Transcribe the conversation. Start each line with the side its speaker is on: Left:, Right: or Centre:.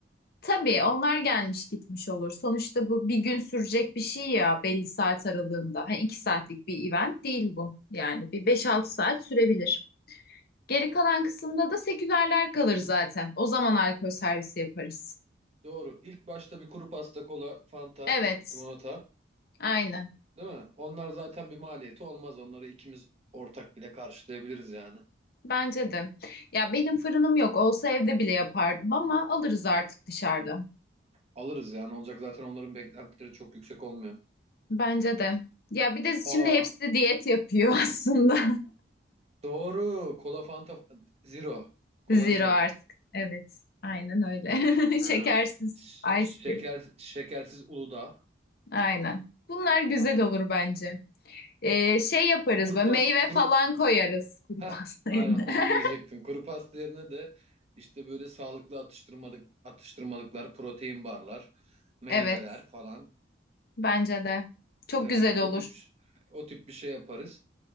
Left: Tabii onlar gelmiş gitmiş olur. Sonuçta bu bir gün sürecek bir şey ya belli saat aralığında. Ha, iki saatlik bir event değil bu. Yani bir beş altı saat sürebilir. Geri kalan kısımda da sekülerler kalır zaten. O zaman alkol servisi yaparız.
Right: Doğru. İlk başta bir kuru pasta, kola, fanta,
Left: Evet,
Right: limonata,
Left: aynen.
Right: değil mi? Onlar zaten bir maliyeti olmaz. Onları ikimiz ortak bile karşılayabiliriz yani.
Left: Bence de. Ya benim fırınım yok. Olsa evde bile yapardım ama alırız artık dışarıda.
Right: Alırız yani. Olacak zaten onların beklentileri çok yüksek olmuyor.
Left: Bence de. Ya bir de şimdi
Right: Aa,
Left: hepsi diyet yapıyor <laughs> aslında.
Right: doğru. Kola, fanta, zero. Kola
Left: Zero
Right: zero.
Left: artık. Evet. Aynen öyle. <laughs>
Right: Aynen.
Left: Şekersiz
Right: Ş- Şeker,
Left: ice tea.
Right: şekersiz Uludağ.
Left: Aynen. Bunlar güzel
Right: Aynen.
Left: olur bence. Ee, şey yaparız
Right: Kuru
Left: böyle
Right: pas,
Left: meyve
Right: kuru
Left: falan koyarız kuru
Right: Heh,
Left: pasta
Right: aynen
Left: yerine.
Right: onu diyecektim.
Left: <laughs>
Right: Kuru pasta yerine de işte böyle sağlıklı atıştırmalık, atıştırmalıklar, protein barlar, meyveler
Left: Evet.
Right: falan
Left: Bence de. Çok
Right: e,
Left: güzel olur.
Right: o tip o tip bir şey yaparız.